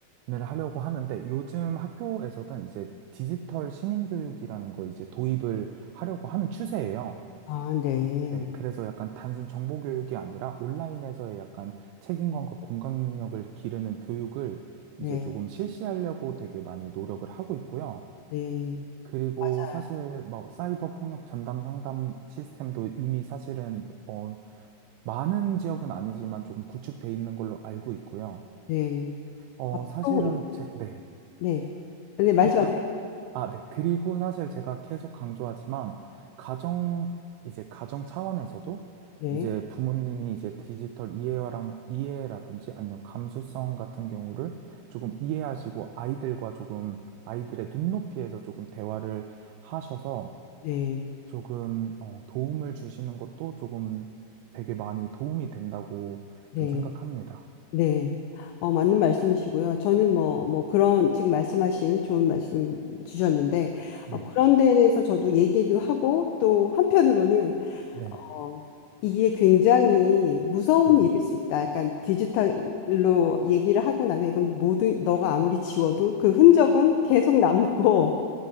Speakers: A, on the right; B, on the left.
A: 하려고 하는데 요즘 학교에서는 이제 디지털 시민교육이라는 걸 이제 도입을 하려고 하는 추세예요.
B: 아, 네,
A: 네, 그래서 약간 단순 정보 교육이 아니라 온라인에서의 약간 책임감과 공감 능력을 기르는 교육을
B: 네,
A: 이제 조금 실시하려고 되게 많이 노력을 하고 있고요.
B: 네,
A: 그리고
B: 맞아요.
A: 사실 뭐 사이버 폭력 전담 상담 시스템도 이미 사실은 어 많은 지역은 아니지만 조금 구축돼 있는 걸로 알고 있고요.
B: 네.
A: 어
B: 앞으로
A: 사실은
B: 예.
A: 제 네.
B: 네. 네, 말씀하세요.
A: 네, 어, 아, 네. 그리고 사실 제가 계속 강조하지만, 가정, 이제 가정 차원에서도,
B: 네.
A: 이제 부모님이 이제 디지털 이해랑, 이해라든지 아니면 감수성 같은 경우를 조금 이해하시고, 아이들과 조금, 아이들의 눈높이에서 조금 대화를 하셔서,
B: 네.
A: 조금, 어, 도움을 주시는 것도 조금 되게 많이 도움이 된다고
B: 네.
A: 좀 생각합니다.
B: 네. 어, 맞는 말씀이시고요. 저는 뭐, 뭐 그런 지금 말씀하신 좋은 말씀 주셨는데,
A: 네.
B: 어, 그런 데에 대해서 저도 얘기도 하고, 또 한편으로는,
A: 네.
B: 어, 이게 굉장히 무서운
A: 네.
B: 일일 수 있다. 약간 디지털로 얘기를 하고 나면 이건 모든, 너가 아무리 지워도 그 흔적은 계속 남고,